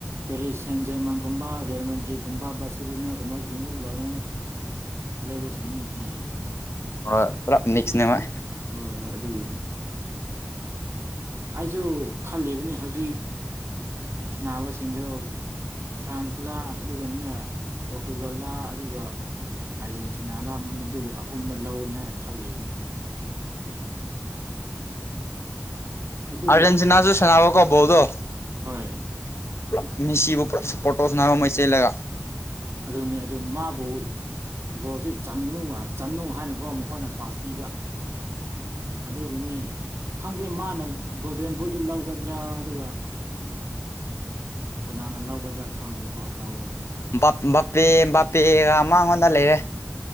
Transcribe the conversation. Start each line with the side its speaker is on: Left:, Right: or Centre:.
Right: ꯄꯦꯔꯤꯁ ꯁꯦꯟ ꯖꯔꯃꯟꯒꯨꯝꯕ ꯔꯦꯜ ꯃꯦꯗ꯭ꯔꯤꯛꯀꯨꯝꯕ ꯕꯁꯁꯤꯂꯨꯅꯒꯨꯝꯕꯖꯤꯡꯗ ꯂꯣꯏꯅ ꯂꯩꯕ ꯁꯤꯡꯅꯤ ꯅꯦꯍꯦ
Left: ꯍꯣꯏ ꯄꯨꯂꯞ ꯃꯤꯛꯁꯅꯦ ꯃꯣꯏ
Right: ꯍꯣ ꯍꯣꯏ ꯑꯗꯨꯒꯤꯅꯤ ꯑꯩꯖꯨ ꯈꯜꯂꯤꯕꯅꯤ ꯍꯧꯖꯤꯛ ꯁꯅꯕꯁꯤꯡꯗꯨ ꯐ꯭ꯔꯥꯟꯁꯂꯥ ꯑꯗꯨꯒ ꯅ ꯄꯣꯔꯇꯨꯒꯜꯂ ꯑꯗꯨꯒ ꯑꯥꯔꯖꯦꯟꯇꯤꯅ ꯅꯥ ꯃꯗꯨꯒꯤ ꯑꯍꯨꯝꯗ ꯂꯧꯒꯅꯤ ꯍꯥꯏꯅ ꯈꯜꯂꯤꯕꯅꯤ ꯑꯗꯨꯕꯨ
Left: ꯑꯔꯖꯦꯟꯇꯤꯅꯥꯖꯨ ꯁꯅꯥꯕ ꯀꯣ ꯕꯣꯜꯗꯣ
Right: ꯍꯣꯏ
Left: ꯄꯨꯂꯞ ꯃꯤꯁꯤꯕꯨ ꯄꯨꯂꯞ ꯁꯄꯣꯔꯠ ꯇꯧꯁꯟꯅꯕ ꯃꯣꯏ ꯆꯦꯜꯂꯒ
Right: ꯑꯗꯨꯅꯤ ꯑꯗꯨ ꯃꯥꯕꯨ ꯒꯣꯜꯁꯤ ꯆꯟꯒꯅꯨ ꯆꯅꯨ ꯍꯥꯏꯅꯀꯣ ꯃꯈꯣꯏꯅ ꯄꯥꯁ ꯄꯤꯕ ꯑꯗꯨꯒꯤꯅꯤ ꯈꯪꯗꯦ ꯃꯥꯅ ꯒꯣꯜꯗꯟ ꯕꯨꯗꯨ ꯂꯧꯒꯗ꯭ꯔꯥ ꯑꯗꯨꯒ ꯀꯅꯥꯅ ꯂꯧꯒꯗ꯭ꯔꯥ ꯈꯪꯗꯦꯀꯣ ꯂꯧ ꯍꯥꯏꯕꯗꯤ
Left: ꯕꯥꯞ ꯕꯥꯄꯦ ꯕꯥꯄꯦꯒ ꯃꯉꯣꯟꯗ ꯂꯩꯔꯦ